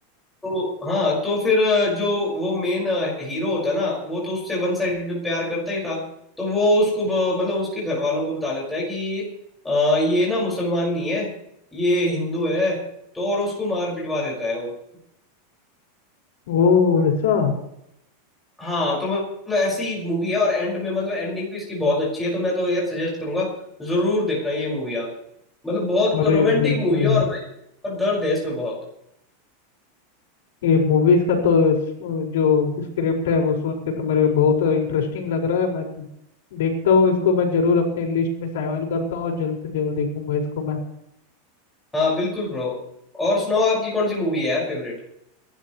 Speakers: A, in the centre; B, on the left.
A: तो हाँ तो फिर अ, जो वो मेन हीरो होता है ना वो तो उससे वन साइडेड प्यार करता ही था तो वो उसको ब- मतलब उसके घर वालों को बता देता है कि अ, ये ना मुसलमान नहीं है ये हिंदू है तो और उसको मार पिटवा देता है वो
B: ओ ऐसा
A: हाँ तो मतलब ऐसी मूवी है और एंड में मतलब एंडिंग भी इसकी बहुत अच्छी है तो मैं तो यार सजेस्ट करूंगा जरूर देखना ये मूवी आप मतलब बहुत
B: अरे
A: रोमांटिक
B: बिल्कुल
A: मूवी है
B: यार
A: और भाई और दर्द है इसमें बहुत
B: ये मूवीज का तो इस- जो स्क्रिप्ट है वो सुन के तो मेरे को बहुत इंटरेस्टिंग लग रहा है मैं देखता हूँ इसको मैं जरूर अपने लिस्ट में शामिल करता हूँ और जल्द से जल्द देखूंगा इसको मैं
A: हाँ बिल्कुल ब्रो और सुनाओ आपकी कौन सी मूवी है यार फेवरेट